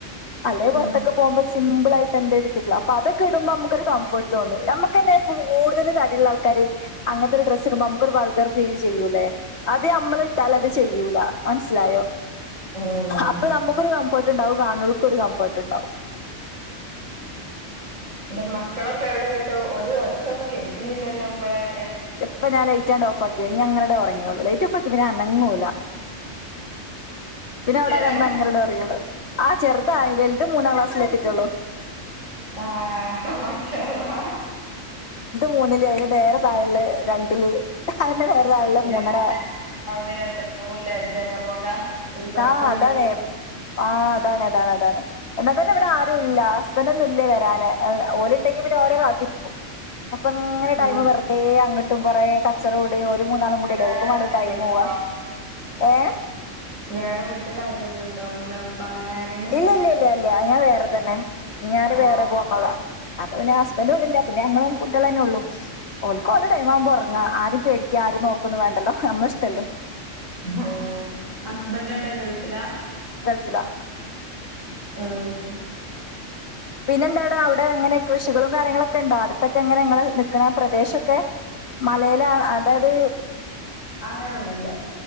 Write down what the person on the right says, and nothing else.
ആഹ്
ഉം
ൻ്റെ മക്കളൊക്കെ എവിടെങ്ങട്ട്? ഒരു ഒച്ച ഒന്നും കേ ക്ണില്ലല്ലോ <unintelligible>
ചെറിയ
മ
ആഹ് മാഷാ അല്ലാഹ്
<unintelligible>
മണി
ആഹ്
വേറെ
ആരേലും
ഉണ്ടോ
വേറെ ട്ടിലാരേലും ഉണ്ടോ ഉമ്മ ഉപ്പ അങ്ങനെ ആരേലും
ആഹ്
ഉഹും ഹസ്ബെന്റ് എവിടെ ഗൾഫിലാ
ആഹ്
അങ്ങനൊന്നുല്ല